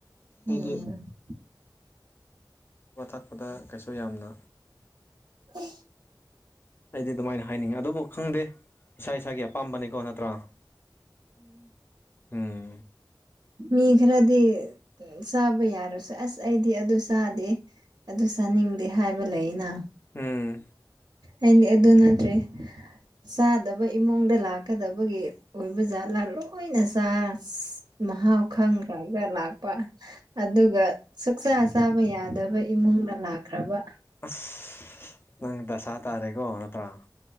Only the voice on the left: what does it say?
ꯑꯩꯗꯤ ꯑꯕ ꯊꯛꯄꯗ ꯀꯩꯁꯨ ꯌꯥꯝꯅ
ꯑꯩꯗꯤ ꯑꯗꯨꯃꯥꯏꯅ ꯍꯥꯏꯅꯤꯡꯉꯤ ꯑꯗꯨꯕꯨ ꯈꯪꯗꯦ ꯏꯁꯥ ꯏꯁꯥꯒꯤ ꯑꯄꯥꯝꯕꯅꯤꯀꯣ ꯅꯠꯇ꯭ꯔꯥ ꯎꯝ
ꯎꯝ
ꯑꯁ ꯅꯪ ꯗꯁꯥ ꯇꯥꯔꯦꯀꯣ ꯅꯠꯇ꯭ꯔꯥ